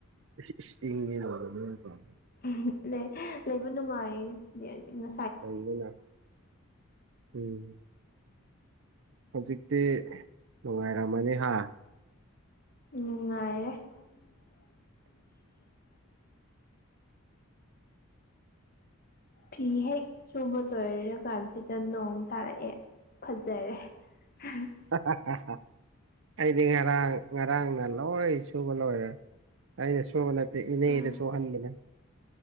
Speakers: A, on the right; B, on the left.
A: ꯏꯁ ꯏꯁ ꯏꯪꯉꯦ <unintelligible>
B: <unintelligible> ꯂꯩ ꯂꯩꯕ ꯅꯨꯡꯉꯥꯏꯌꯦ ꯏꯪꯉ
A: ꯂꯩꯕꯅ ꯎꯝ ꯍꯧꯖꯤꯛꯇꯤ ꯅꯨꯡꯉꯥꯏꯔꯝꯃꯅꯤ ꯍꯥ
B: ꯅꯨꯡꯉꯥꯏꯌꯦ <unintelligible> <inaudible> ꯐꯤ ꯍꯦꯛ ꯁꯨꯕ ꯂꯣꯏꯔ ꯀꯥꯟꯁꯤꯗ ꯅꯣꯡ ꯊꯥꯔꯛꯑꯦ ꯐꯖꯔꯦ <unintelligible>
A: ꯍꯍꯍꯍꯍꯍ ꯑꯩꯗꯤ ꯉꯔꯥꯡ ꯉꯔꯥꯡꯅ ꯂꯣꯏ ꯁꯨꯕ ꯂꯣꯏꯒ꯭ꯔꯦ ꯑꯩꯅ ꯁꯨꯕꯅ ꯏꯅꯦꯗ
B: ꯎꯝ
A: ꯁꯨꯍꯟꯕꯅꯦ